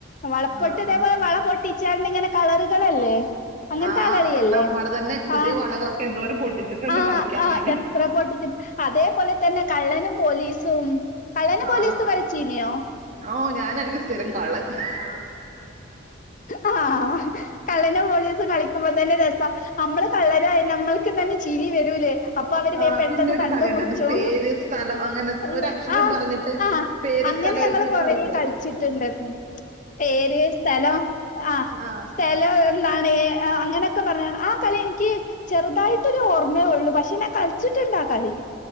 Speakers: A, on the left; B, on the right.
A: വളപൊട്ട്
B: ആഹ്
A: തേപോലെ വളപൊ ട്ടിച്ചാണ്ട് ങ്ങനെ കളറുകളല്ലേ അങ്ങൻത്താ
B: ആഹ്
A: കളിയല്ലേ
B: നമ്മടെ തന്നെ പുതിയ
A: ആഹ്
B: വളകളൊക്കെ എന്തോരം പൊട്ടിച്ചിട്ടുണ്ട്
A: ആഹ്
B: കളിക്കാൻ
A: ആഹ്
B: വേണ്ടി
A: എ പ്രാ പൊട്ടിച്ചിട്ട് അതേപോലെത്തന്നെ കള്ളനും പോലീസും. കള്ളനും
B: ആ
A: പോലീസും കളിച്ചീനിയോ
B: ഓ ഞാനായിരിക്കും സ്ഥിരം കള്ളൻ. <inaudible>
A: ആ കള്ളനും പോലീസും കളിക്കുമ്പോ തന്നെ രസാ. നമ്മള് കള്ളനായ നമ്മൾക്ക് തന്നെ ചിരി വരൂലേ. അപ്പ അവര്
B: ആ
A: വേ പെട്ടെന്ന്
B: പിന്നെ ഒരു
A: കണ്ട്
B: കളി ഉണ്ടായിരുന്നു
A: പുട്ച്ചു.
B: പേര് സ്ഥലം അങ്ങനെ
A: അയ്
B: ഒരക്ഷരം
A: ആ
B: പറഞ്ഞിട്ട്
A: അ
B: പേര്
A: അങ്ങനെ
B: സ്ഥലം
A: ഞങ്ങള്
B: എഴുതുന്ന ഒരു
A: കൊറേ
B: കളിയില്ലായിരുന്നു
A: കളിച്ചിട്ട്ണ്ട്. പേര്, സ്ഥലോം ആഹ്
B: ആ
A: സ്ഥലോം ന്നാണ് അ അങ്ങനൊക്കെ പറഞ്ഞ ആ കളിയെനിക്ക് ചെറുതായിട്ടൊര് ഓർമ്മേ ഒള്ളൂ. പക്ഷെ ഞാൻ കളിച്ചിട്ട് ആ കളി.